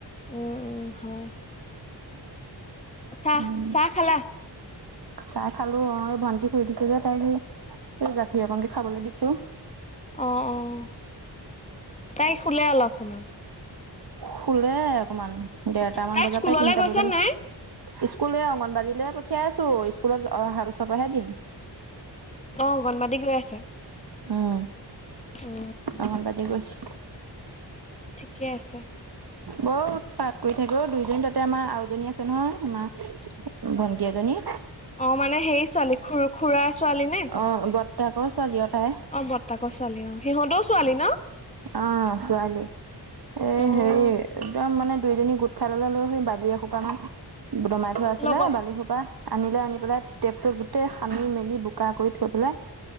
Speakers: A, on the left; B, on the right.
A: উম, উম, হয়। চাহ
B: উম
A: চাহ খালা?
B: চাহ খালো অ' এই ভান্টি শুই উঠিছে যে তাই এই গাখীৰ অকনকে খাবলৈ দিছো।
A: অ', অ', তাই শুলে অলপ সময়?
B: শুলে অকমান ডেৰটামান
A: তাই
B: বজাৰ
A: স্কুললৈ
B: পাই তিনটা
A: গৈছে
B: বজালৈ
A: নাই
B: স্কুলে এই অংগনবাদীলে পঠিয়াই আছো স্কুলত অহা বছৰ পৰাহে দিম।
A: অ', অংগনবাদিক গৈ আছে?
B: উম।
A: উম।
B: অংগনবাদি গৈছে।
A: ঠিকে আছে।
B: বৰ উৎপাত কৰি থাকে অ' দুইজনী তাতে আমাৰ আৰু এজনী আছে নহয় আমাৰ। ভণ্টি এজনী।
A: অ', মানে সেই ছোৱালী খু খুৰাৰ ছোৱালী নে?
B: অ', বৰ্তাকৰ ছোৱালী আৰু তাই।
A: অ', বৰ্তাকৰ ছোৱালী অ' সিহঁতও ছোৱালী ন?
B: অ', ছোৱালী। এ
A: অ'।
B: হেৰি একদম মানে দুইজনী গোট খাই ল'লে লৈ সৈ বালি এসোপা মান দমাই থোৱা আছিলে
A: লগত
B: বালিসোপা আনিলে আনি পেলাই ষ্টেপটোত গোটেই সানি মেলি বোকা কৰি থৈ পেলাই